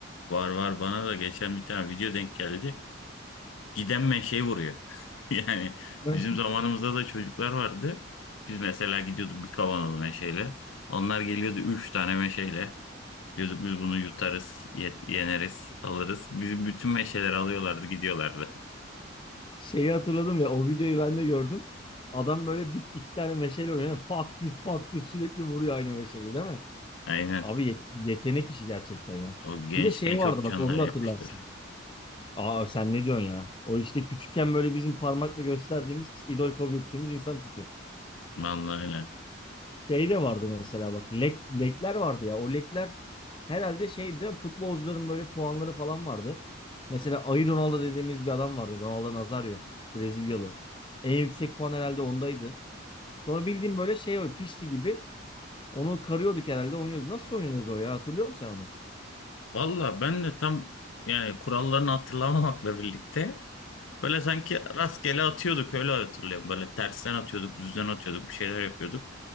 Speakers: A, on the left (about 80°); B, on the left (about 25°).
A: Var var bana da geçen bir tane video denk geldi. Giden menşeyi vuruyor. <laughs> Yani
B: Ben
A: bizim zamanımızda da çocuklar vardı. Biz mesela gidiyorduk bir kavanoz meşeyle. Onlar geliyordu üç tane meşeyle. Diyorduk biz bunu yutarız, ye- yeneriz, alırız. Bizim bütün meşeleri alıyorlardı, gidiyorlardı.
B: şeyi hatırladım ya o videoyu ben de gördüm. Adam böyle bir iki tane meşale oynuyor. Pat küt pat küt sürekli vuruyor aynı meşaleyi değil mi?
A: Aynen.
B: Abi ye- yetenek işi gerçekten ya.
A: O gençken
B: Bir de şey
A: çok
B: vardı bak
A: canlar
B: onu da
A: yakmıştır.
B: hatırlarsın. Aa sen ne diyorsun ya? O işte küçükken böyle bizim parmakla gösterdiğimiz, idol kabul ettiğimiz insan tipi.
A: Vallahi öyle.
B: Şey de vardı mesela bak. Lek, lekler vardı ya. O lekler herhalde şeydi futbolcuların böyle puanları falan vardı. Mesela Ayı Ronaldo dediğimiz bir adam vardı. Ronaldo Nazario. Brezilyalı. En yüksek puan herhalde ondaydı. Sonra bildiğim böyle şey var. Pişti gibi. Onu karıyorduk herhalde oynuyorduk. Nasıl oynuyordu o ya? Hatırlıyor musun sen onu?
A: Valla ben de tam yani kurallarını hatırlamamakla birlikte böyle sanki rastgele atıyorduk öyle hatırlıyorum. Böyle tersten atıyorduk, düzden atıyorduk, bir şeyler yapıyorduk.